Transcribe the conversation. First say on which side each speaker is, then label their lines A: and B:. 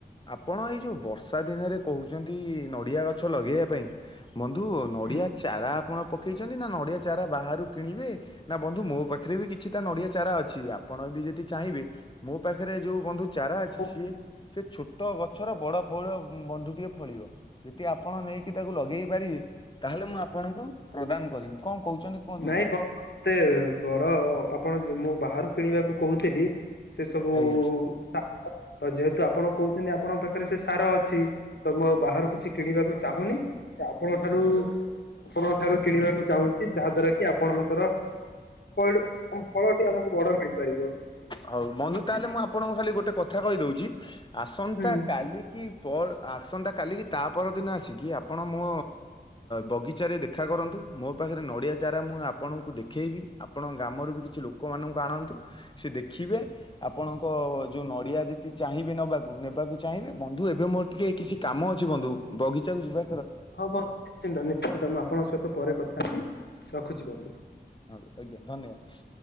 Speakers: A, on the left; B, on the left.
A: ଆପଣ ଏଇ ଯୋଉ ବର୍ଷା ଦିନରେ କହୁଚନ୍ତି ନଡିଆ ଗଛ ଲଗେଇବା ପାଇଁ ବନ୍ଧୁ ନଡ଼ିଆ
B: ହୁଁ।
A: ଚାରା ଆପଣ ପକେଇଛନ୍ତି ନା ନଡ଼ିଆ ଚାରା ବାହାରୁ କିଣିବେ ନା ବନ୍ଧୁ ମୋ ପାଖରେ ବି କିଛିଟା ନଡ଼ିଆ ଚାରା ଅଛି ଆପଣ ଯଦି ଚାହିଁବି ମୋ ପାଖରେ ଯୋଉ ବନ୍ଧୁ ଚାରା ଅଛି
B: ମୁଁ-
A: ସିଏ ସେ ଛୋଟ ଗଛର ବଡ଼ ଫଉଳ ବନ୍ଧୁଟିଏ ଫଳିବ ଯେଦି ଆପଣ ନେଇକି ତାକୁ ଲଗେଇ ପାରିବେ। ତାହେଲେ ମୁଁ ଆପଣଙ୍କୁ ପ୍ରଦାନ କରିବି କଣ କହୁଛନ୍ତି କୁହନ୍ତୁ
B: ନାଇଁ
A: ବନ୍ଧୁ
B: କଣ ଏତେ ବଡ ଆପଣ ମୁଁ ବାହାରୁ କିଣିବାକୁ କହୁଥିଲି। ସେ ସବୁ
A: ଆଜ୍ଞା।
B: ତ ଯେହେତୁ ଆପଣ କହୁଛନ୍ତି ଆପଣଙ୍କ ପାଖରେ ସେ ସାର ଅଛି ତ ମୁଁ ବାହାରୁ କିଛି କିଣିବାକୁ ଚାହୁଁନି ସେ ଆପଣଙ୍କ ଠାରୁ ରୁ ଆପଣଙ୍କ ଠାରୁ କିଣିବାକୁ ଚାହୁଁଛି ଯାହା ଦ୍ଵାରା କି ଆପଣଙ୍କର ପଇଡ଼ ଫଳଟି ଆମକୁ ବଡ ମିଳିପାରିବ।
A: ହଉ ବନ୍ଧୁ
B: ଯୋଉଠି
A: ତାହେଲେ ମୁଁ ଆପଣଙ୍କୁ ଖାଲି ଗୋଟେ କଥା କହିଦଉଛି ଆସନ୍ତା
B: ହୁଁ
A: କାଲି କି ପର ଆସନ୍ତା କାଲିକି ତା ପରଦିନ ଆସିକି ଆପଣ ମୋ ବଗିଚାରେ ଦେଖା କରନ୍ତୁ। ମୋ ପାଖରେ ନଡ଼ିଆ ଚାରା ମୁଁ ଆପଣଙ୍କୁ ଦେଖେଇବି ଆପଣଙ୍କ ଗ୍ରାମରୁ ବି କିଛି ଲୋକମାନଙ୍କୁ ଆଣନ୍ତୁସେ ଦେକ ଖିବେ ଆପଣଙ୍କ ଯୋଉ ନଡ଼ିଆ ଯଦି ଚାହିଁବେ ନେବାକୁ ନେବାକୁ ଚାହିଁବେ ବନ୍ଧୁ ଏବେ ମୋର ଟିକେ କିଛି କାମ ଅଛି ବନ୍ଧୁ ବଗିଚାକୁ ଯିବା
B: ହଁ ବନ୍ଧ- ନିଶ୍ଚିନ୍ତ ନିଶ୍ଚିନ୍ତ ମୁଁ ଆପଣଙ୍କ ସହିତ ପରେ କଥା ହେବି ରଖୁଛି ବନ୍ଧୁ।
A: ଆ ଆଜ୍ଞା ଧନ୍ୟବାଦ।